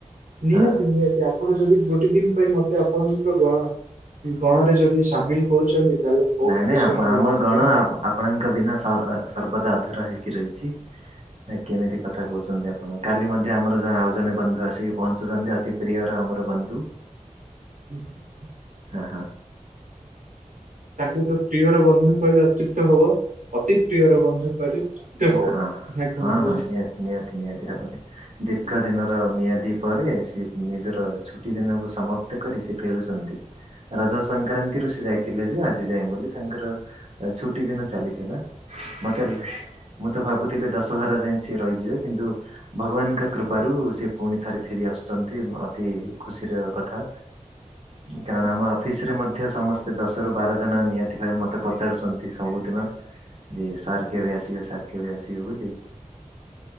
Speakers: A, on the right; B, on the right.
A: ନିହାତି
B: ହଁ
A: ନିହାତି ଆପଣ ଯଦି ଗୋଟେ ଦିନ ପାଇଁ ମ ତେ ଆପଣଙ୍କ ଗଣ ଗଣରେ ଯଦି ସାମିଲ କରୁଛନ୍ତି ତାହେଲେ ମୁଁ ବହୁତ
B: ନାଇଁ ନାଇଁ
A: ଖୁସି
B: ଆପ
A: ଅନୁଭବ
B: ଆମ
A: କରିବି
B: ଗଣ ଆପ ଆପଣଙ୍କ ବିନା ସ-ଅ-ର ସର୍ବଦା ଅଧ ଧୁରା ହେଇକି ରହିଛି। କେମିତି କଥା କହୁଛନ୍ତି ଆପଣ କାଲି ମଧ୍ୟ ଆମର ଜଣେ ଆଉ ଜଣେ ବନ୍ଧୁ ଆସିକି ପହଞ୍ଚୁଛନ୍ତି ଅତି ପ୍ରିୟର ଆମର ବନ୍ଧୁ।
A: <unintelligible>
B: ହଁ ହଁ
A: ତାଙ୍କୁ ତ ପ୍ରିୟର ବନ୍ଧୁ କହିଲେ ଅଚୁତ ହବ, ଅତି ପ୍ରିୟର ବନ୍ଧୁ କହିଲେ ହବ
B: ହଁ
A: ନା କଣ
B: ହଁ
A: କହୁଛନ୍ତି?
B: ହଁ ନିହାତି ନିହାତି ନିହାତି ଭାବରେ ଦୀର୍ ର୍ଘ ଦିନର ମିଆଦି ପରେ ସେ ନିଜର ଛୁଟି ଦିନକୁ ସମାପ୍ତ କରି ସେ ଫେରୁଛନ୍ତି। ରଜ ସଂକ୍ରାନ୍ତିରୁ ସେ ଯାଇଥିଲେ ଯେ, ଆ ଆଜିଯାଏ ବୋଲି ତାଙ୍କର ଛୁଟି ଦିନ ଚାଲିଥିଲା, ମତେ ମୁଁ ତ ଭାବୁଥିଲି ଦଶହରା ଯାଏ ସିଏ ରହିଯିବେ କିନ୍ତୁ ଭଗବାନଙ୍କ କୃପାରୁ ସିଏ ପୁଣି ଥରେ ଫେରିଆସୁ ଆସୁଚନ୍ତି ଅତି ଖୁସିର କଥା। କାରଣ ଆମ ଅଫିସରେ ମଧ୍ୟ ସମସ୍ତେ ଦଶ ରୁ ବାର ଜଣ ନିହାତି ଭାବେ ମତେ ପଚାରୁଚନ୍ତି ସବୁ ନ ଯେ ସାର କେବେ ଆସିବ ସାର କେବେ ଆସିବେ ବୋଲି